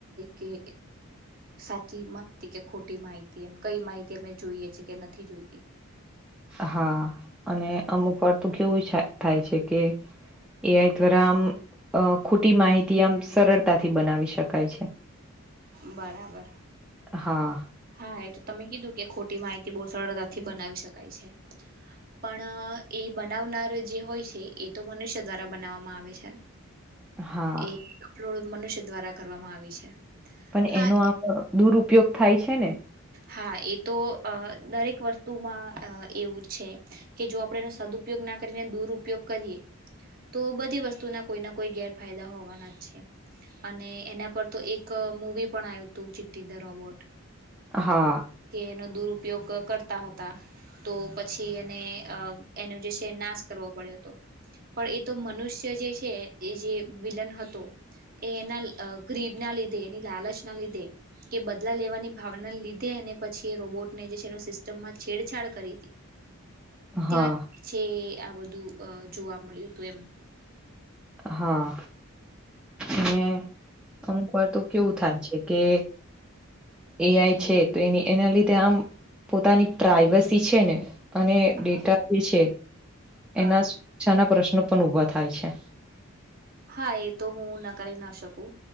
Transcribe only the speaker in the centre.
હા અને અમુક વાર તો કેવુંઈ થાય છે કે એ આઈ દ્વારા આમ ખોટી માહિતી આમ સરળતાથી બનાવી શકાય છે.
હા
હા.
પણ
એનો આમ દુરયોગ થાય છે ને.
હા
હા
હા અને અમુક વાર તો કેવું થાય છે કે એઆઈ છે તો એની એના લીધે આમ પોતાની પ્રાઈવસી છે ને અને
ડેટા જે છે
એના શક્ષા ના પ્રશ્નો પણ ઊભા થાય છે.